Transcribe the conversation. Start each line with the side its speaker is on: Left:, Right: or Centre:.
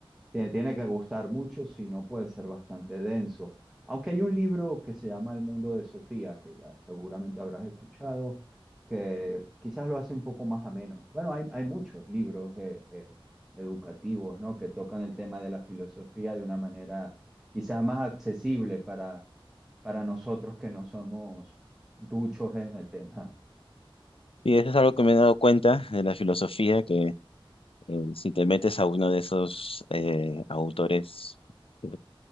Centre: Tiene, tiene que gustar mucho, si no puede ser bastante denso. Aunque hay un libro que se llama El mundo de Sofía, que ya seguramente habrás escuchado, que quizás lo hace un poco más ameno. Bueno, hay, hay muchos libros eh, eh, educativos, ¿no? que tocan el tema de la filosofía de una manera quizás más accesible para, para nosotros que no somos duchos en el tema.
Left: y eso es algo que me he dado cuenta de la filosofía, que eh, si te metes a uno de esos eh, autores eh,